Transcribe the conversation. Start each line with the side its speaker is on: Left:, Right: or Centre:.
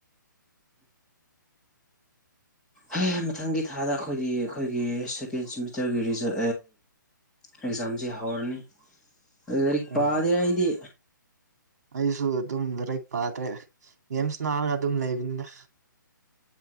Centre: ꯍꯩ ꯃꯊꯪꯒꯤ ꯊꯥꯗ ꯑꯩꯈꯣꯏꯒꯤ ꯑꯩꯈꯣꯏꯒꯤ ꯁꯦꯀꯦꯟ ꯁꯦꯃꯤꯁꯇꯔꯒꯤ ꯔꯤꯖꯜ ꯑꯦꯛꯖꯥꯝꯁꯤꯦ ꯍꯧꯔꯅꯤ ꯑꯗꯨ ꯂꯥꯏꯔꯤꯛ
Right: ꯑꯣ
Centre: ꯄꯥꯗꯔꯥ ꯑꯩꯗꯤ
Right: ꯑꯩꯁꯨ ꯑꯗꯨꯝ ꯂꯔꯤꯛ ꯄꯥꯗ꯭ꯔꯦ ꯌꯦꯦꯝꯁ ꯅꯥꯔꯒ ꯑꯗꯨꯝ ꯂꯩꯕꯅꯤꯗ